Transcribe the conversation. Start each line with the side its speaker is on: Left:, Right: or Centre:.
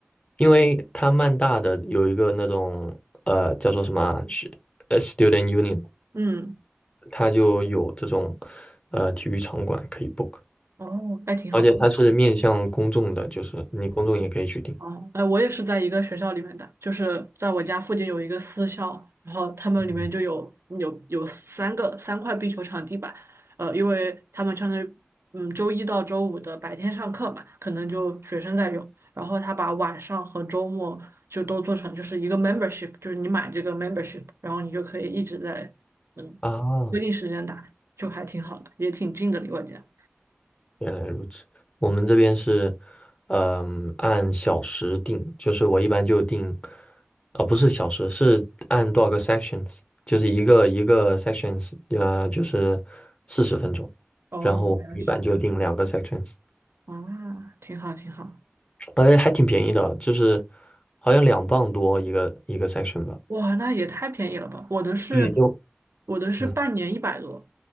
Left: 因为他曼大的有一个那种呃叫做什么啊是呃 Student Union，
Right: 嗯，
Left: 他就有这种呃体育场馆可以 book，
Right: 哦，还挺好。
Left: 而且他是面向公众的，就是你公众也可以去订
Right: 哦，哎，我也是在一个学校里面的，就是在我家附近有一个私校，然后他们里面就有有有三个三块壁球场地板，
Left: 嗯，
Right: 呃，因为他们相当于嗯周一到周五的白天上课嘛，可能就学生在用，然后他把晚上和周末就都做成就是一个 membership，就是你买这个 membership，然后你就可以一直在嗯规定时间打，
Left: 啊。
Right: 就还挺好的，也挺近的离我家。
Left: 原来如此，我们这边是，嗯，按小时定，就是我一般就定，啊、不是小时，是按多少个 sections，就是一个一个 sections，呃，就是四十分钟，
Right: 哦，
Left: 然后一般就定两个
Right: 原来是这样
Left: sections，
Right: 啊，挺好挺好。
Left: 哎，还挺便宜的，就是好像两磅多一个一个 section 吧。
Right: 哇，那也太便宜了吧！我的是，
Left: 对，就
Right: 我的是半年一百多，
Left: 嗯，